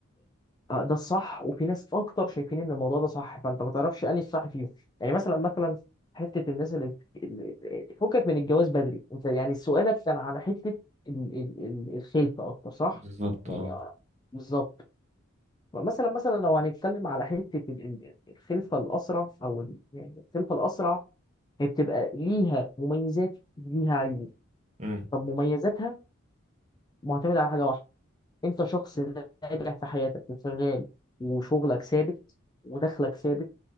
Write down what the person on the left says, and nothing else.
آه، ده الصح وفي ناس اكتر شايفين ان الموضوع ده صح فانت ما تعرفش انهي الصح فيهم يعني مثلا مثلا حته الناس اللي اللي- فكك من الجواز بدري انت يعني سؤالك كان على حته ال- ال- ال- الخلفه اكتر صح
يعني
آه، بالظبط مثلا مثلا لو هنتكلم على حته ال- ال- الخلفه الاسرع او ال- يعني الخلفه الاسرع هي بتبقى ليها مميزات ليها عيوب
طب مميزاتها معتمده على حاجه واحده انت شخص ناجح في حياتك وشغال وشغلك ثابت ودخلك ثابت